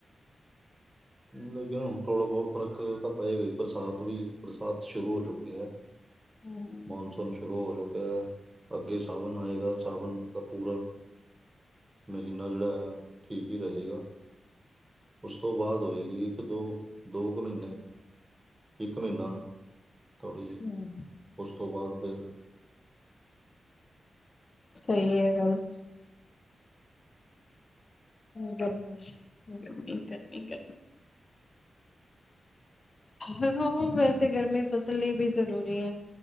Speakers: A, on the right; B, on the left.
A: ਲੇਕਿਨ ਹੁਣ ਥੋੜ੍ਹਾ ਬਹੁਤ ਫ਼ਰਕ ਤਾਂ ਪਏਗਾ ਈ ਬਰਸਾਤ ਵੀ ਬਰਸਾਤ ਸ਼ੁਰੂ ਹੋ ਚੁੱਕੀ ਐ।
B: ਹੂੰ।
A: ਮੌਨਸੂਨ ਸ਼ੁਰੂ ਹੋ ਚੁੱਕਿਆ। ਅੱਗੇ ਸਾਵਣ ਆਏਗਾ। ਸਾਵਣ ਦਾ ਪੂਰਾ ਮਹੀਨਾ ਜਿਹੜਾ ਆ। ਠੀਕ ਹੀ ਰਹੇਗਾ ਉਸ ਤੋਂ ਬਾਅਦ ਹੋਏਗੀ ਇੱਕ-ਦੋ ਦੋ ਕੁ ਮਹੀਨੇ, ਇੱਕ ਮਹੀਨਾ ਥੋੜ੍ਹੀ ਜਿਹੀ
B: ਹੂੰ,
A: ਉਸ ਤੋਂ ਬਾਅਦ ਫਿਰ
B: ਸਈ ਐ ਗੱਲ। ਹੂੰ, ਗਰਮੀ-ਗਰਮੀ, ਗਰਮੀ-ਗਰਮੀ ਹਾਂ, ਵੈਸੇ ਗਰਮੀ ਫਸਲ ਲਈ ਵੀ ਜ਼ਰੂਰੀ ਐ।